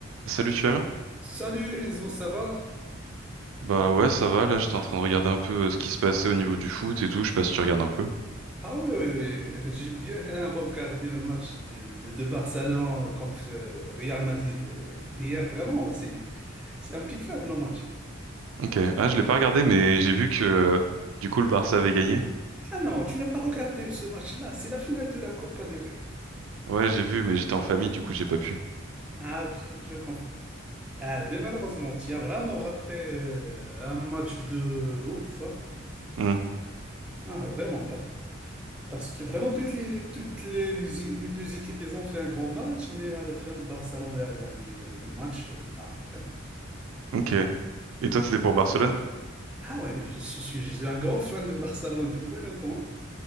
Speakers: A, on the right; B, in the centre.
A: Salut, tu vas bien?
B: Salut Enzo, ça va?
A: Bah ouais, ça va. Là, j'étais en train de regarder un peu euh, ce qui se passait au niveau du foot et tout. Je sais pas si tu regardes un peu.
B: Ah oui, oui, oui. <laughs> J'ai bien regardé le match de, de, de Barcelone contre euh, Real Madrid euh, hier. Vraiment, c'est, c'est impeccable le match.
A: Ok. Ah, je l'ai pas regardé, mais j'ai vu que euh, du coup le Barça avait gagné.
B: Ah non, tu n'as pas regardé ce match-là. C'est la finale de la Copa del Rey.
A: Ouais, j'ai vu, mais j'étais en famille, du coup j'ai pas pu.
B: Ah ok, je comprends. Ah, mais malheureusement, tu as vraiment raté euh, un match de ouf. hein.
A: Hmm,
B: Ah, vraiment, par- parce que vraiment, toutes les, toutes les, les, les deux équipes, elles ont fait un grand match, mais à la fin, Barcelone a gagné le, le match. Euh, Ah, vraiment.
A: Ok. Et toi, t'étais pour Barcelone?
B: Ah ouais, je suis, je suis je suis un grand fan de Barcelone depuis longtemps.